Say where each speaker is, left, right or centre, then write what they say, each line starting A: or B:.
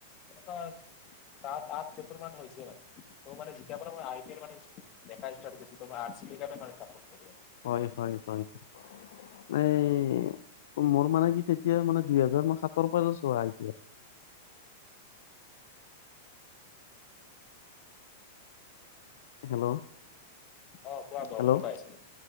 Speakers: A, on the left; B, on the left.
A: <inaudible> সাত-আঠ বছৰ মান হৈছে মানে। ত' মানে যেতিয়াৰ পৰা মই আই পি এল মানে দেখা ষ্টাৰ্ট কৰিছো আৰ চি বি কাৰণে <unintelligible>
B: হয় হয় হয়। মানে মোৰ মানে কি তেতিয়া মানে দুইহেজাৰ মই সাতৰ পৰা চোৱা আই পি এল। হেল্ল'!
A: অ' কোৱা
B: হেল্ল'
A: শুনি পাই আছোঁ,